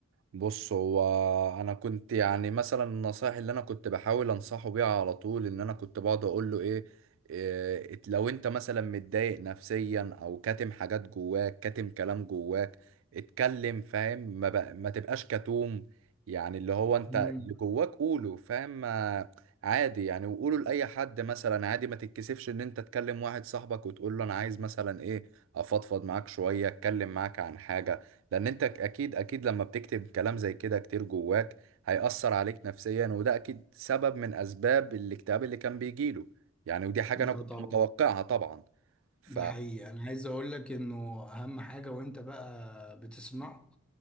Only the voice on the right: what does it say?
بص هو انا كنت يعني مثلا النصائح اللي انا كنت بحاول انصحه بيها على طول ان انا كنت بقعد اقول له ايه إيه لو انت مثلا متضايق نفسيا او كاتم حاجات جواك كاتم كلام جواك اتكلم فاهم ما, بق... ما تبقاش كتوم يعني اللي هو انت
اللي جواك قوله فاهم ما- عادي يعني وقوله لاي حد مثلا عادي ما تتكسفش ان انت تكلم واحد صاحبك وتقول له انا عايز مثلا ايه افضفض معاك شوية اتكلم معاك عن حاجة لان انت اكيد اكيد لما بتكتب كلام زي كده كتير جواك هيأثر عليك نفسيا وده اكيد سبب من اسباب الاكتئاب اللي كان بيجيله يعني ودي حاجة انا
كنت
متوقعها طبعا ف